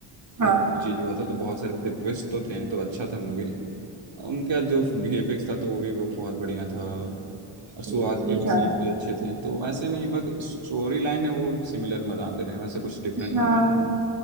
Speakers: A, on the right; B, on the right.
A: हाँ
B: तो चीज हुआ था तो बहुत सारे ऐसे ट्विस्ट तो थे तो अच्छा था मूवी उनका जो वीएफएक्स था तो वो भी बहुत बढ़िया था और शुरुआत
A: ठीक ही
B: के भी
A: था
B: सीन भी अच्छे थे तो वैसे नहीं बस स्टोरी लाइन है वो सिमिलर बनाते रहे हैं, वैसे कुछ डिफरेंट
A: हाँ